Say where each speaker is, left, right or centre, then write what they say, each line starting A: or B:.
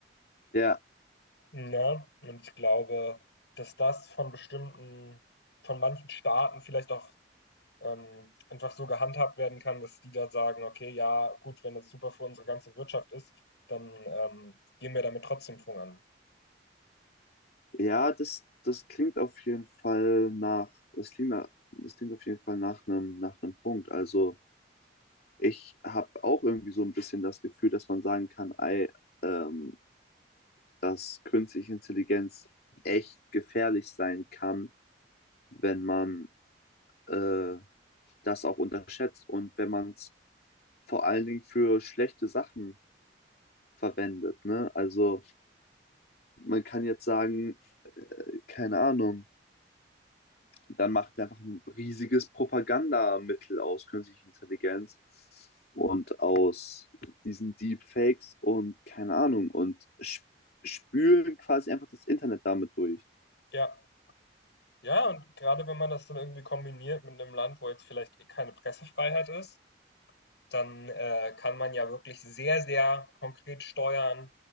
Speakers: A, on the left; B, on the left.
A: Ja,
B: Ne? Und ich glaube, dass das von bestimmten von manchen Staaten vielleicht auch, ähm, einfach so gehandhabt werden kann, dass die da sagen: „Okay, ja, gut, wenn das super für unsere ganze Wirtschaft ist, dann, ähm, gehen wir damit trotzdem voran.“
A: ja, das, das klingt auf jeden Fall nach, das klingt nach, das klingt auf jeden Fall nach einem, nach einem Punkt. Also, ich habe auch irgendwie so ein bisschen das Gefühl, dass man sagen kann, ey, ähm, dass künstliche Intelligenz echt gefährlich sein kann, wenn man äh, das auch unterschätzt und wenn man es vor allen Dingen für schlechte Sachen verwendet. Ne? Also man kann jetzt sagen, keine Ahnung, dann machen wir einfach ein riesiges Propagandamittel aus künstlicher Intelligenz und aus diesen Deepfakes und keine Ahnung und sp spülen quasi einfach das Internet damit durch.
B: Ja, ja, und gerade wenn man das dann irgendwie kombiniert mit einem Land, wo jetzt vielleicht eh keine Pressefreiheit ist, dann, äh, kann man ja wirklich sehr, sehr konkret steuern,